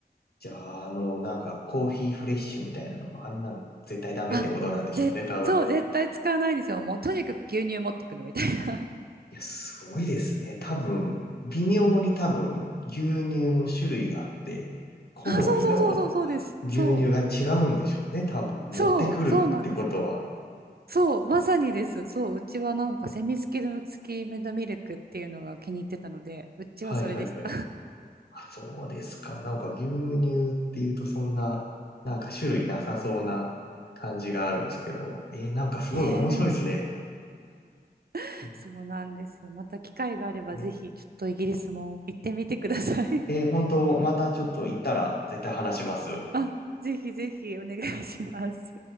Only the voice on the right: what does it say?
あ、ぜ、
そう、絶対使わないんですよ。もうとにかく牛乳持ってくるみたいな。
<laughs>
あ、そうそうそうそう、そうです。
そう、
そう、そうなんです。そう、まさにです。そう、うちはなんかセミスキル、スキームドミルクっていうのが気に入ってたので、うちはそれでした。
<laughs> ねえそうなんですよ。
また機会があればぜひちょっとイギリスも行ってみてください。
<laughs> あ、ぜひぜひお願いします。